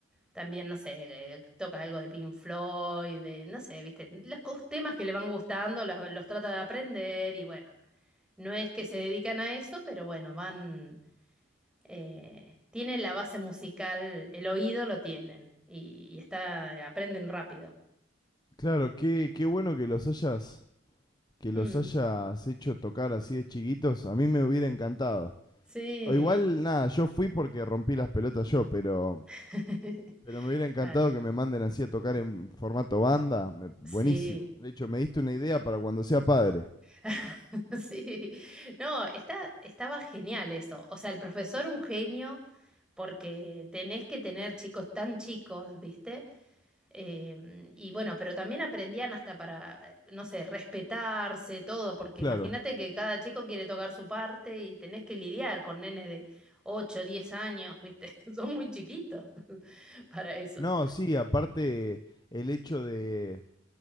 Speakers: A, in the centre; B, on the left.
A: también, no sé, eh, toca algo de Pink Floyd, de, no sé, viste, los cos- temas que le van gustando los, los trata de aprender y bueno, no es que se dedican a eso, pero bueno, van, eh, tienen la base musical, el oído lo tienen y, y está, aprenden rápido.
B: Claro, qué, qué bueno que los hayas, que los
A: Mm,
B: hayas hecho tocar así de chiquitos. A mí me hubiera encantado.
A: sí.
B: O igual, nada, yo fui porque rompí las pelotas yo, pero,
A: <laughs>
B: pero me hubiera encantado
A: Claro.
B: que me manden así a tocar en formato banda. me-
A: Sí.
B: buenísimo. De hecho, me diste una idea para cuando sea padre.
A: <laughs> Sí. No, está, estaba genial eso. O sea, el profesor un genio, porque tenés que tener chicos tan chicos, ¿viste? Em, y bueno, pero también aprendían hasta para, eh, no sé, respetarse, todo, porque
B: Claro.
A: imagínate que cada chico quiere tocar su parte y tenés que lidiar con nenes de 8, 10 años, ¿viste? <laughs> Son muy chiquitos <laughs> para eso.
B: No, sí, aparte el hecho de,